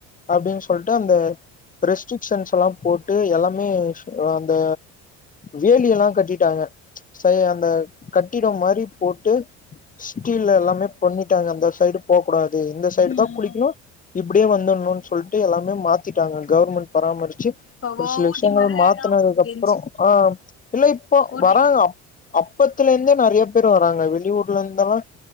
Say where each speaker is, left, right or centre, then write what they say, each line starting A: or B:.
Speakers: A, on the left; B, on the left.
A: அப்டின்னு சொல்ட்டு அந்த ரெஸ்ட்ரிக்ஷன்ஸ்லாம் போட்டு எல்லாமே அந்த வேலி எல்லாம் கட்டிட்டாங்க சரி அந்த கட்டிடம் மாரி போட்டு ஸ்டீல் எல்லாமே பண்ணிட்டாங்க அந்த சைடு போக்கூடாது து இந்த சைடு
B: ம்
A: தான் குளிக்குணும் இப்டியே வந்துடணும்னு சொல்ட்டு எல்லாமே மாத்திட்டாங்க கவர்மெண்ட் பராமரி ச்சி
B: இப்போ
A: ஒரு சில
B: ஊட்டி
A: விஷயங்கள்
B: மாரி
A: மாத்தினதுக்கு
B: ஆயிடு எனக்கு தெரிஞ்சு
A: அப்புறம் ஆஹ் இல்ல இப்போ
B: ஊட்டி
A: வராங்க
B: மாரி
A: அப் அப்பத்துல இருந்தே நெறயா பேர் வராங்க வெளியூர் ல இருந்தல்லாம்